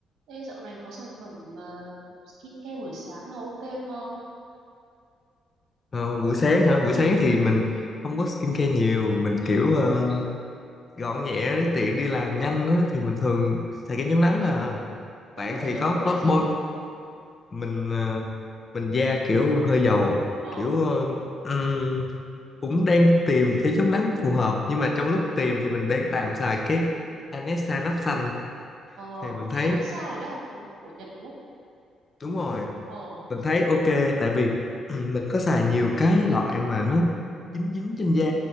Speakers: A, on the right (about 75°); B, on the left (about 35°).
A: Ê, dạo này có sản phẩm uh, skincare buổi sáng nào ok không?
B: Ờ, buổi sáng hả? Buổi sáng thì mình không có skincare nhiều, mình
A: Ừ.
B: kiểu ờ, gọn nhẹ để tiện đi làm nhanh á thì mình thường xài kem chống nắng thôi à. Bạn
A: Em mà
B: thì
A: kem chống
B: có
A: nắng loại
B: có
A: gì?
B: bôi mình ờ, mình da kiểu hơi dầu,
A: Ờ.
B: kiểu ờ, ừm, cũng đang tìm kem chống nắng phù hợp nhưng mà trong lúc tìm thì mình đang tạm xài cái Anessa nắp xanh
A: Ờ.
B: thì mình thấy
A: Cái Anessa đấy là của Nhật đúng không?
B: đúng rồi,
A: Ờ.
B: mình thấy ok tại vì ừm, mình có xài nhiều cái loại mà nó dính dính trên da